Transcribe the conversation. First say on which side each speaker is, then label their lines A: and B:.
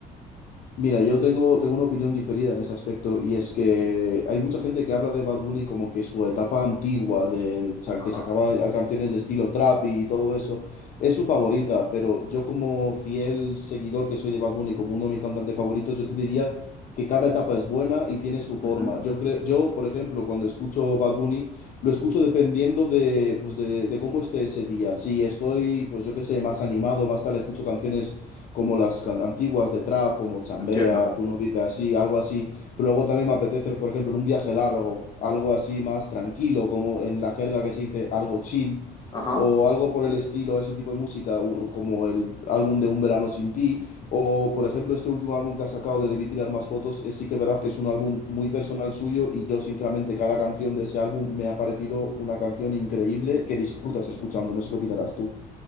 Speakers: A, on the left; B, on the left.
A: Mira, yo tengo, tengo una opinión diferida en ese aspecto y es que hay mucha gente que habla de Bad Bunny como que su etapa antigua, del, sa-
B: Ajá.
A: que sacaba a canciones de estilo trap y todo eso, es su favorita, pero yo como fiel seguidor que soy de Bad Bunny, como uno de mis cantantes favoritos, yo te diría que cada etapa es buena y tiene su forma.
B: ujú.
A: Yo creo, yo, por ejemplo, cuando escucho Bad Bunny, lo escucho dependiendo de, pues de, de cómo esté ese día. Si estoy, pues yo qué sé, más animado, más tal, escucho canciones como las can- antiguas de trap, como Chambea,
B: Entiendo.
A: Tú no vives así, algo así. Pero luego también me apetece, por ejemplo, en un viaje largo, algo así más tranquilo, como en la jerga que se dice algo chill,
B: Ajá.
A: o algo por el estilo, ese tipo de música, u- como el álbum de Un Verano Sin Ti, o por ejemplo este último álbum que ha sacado de Debí Tirar Más Fotos, eh, sí que es verdad que es un álbum muy personal suyo y yo sinceramente cada canción de ese álbum me ha parecido una canción increíble que disfrutas escuchando, no sé qué opinarás tú.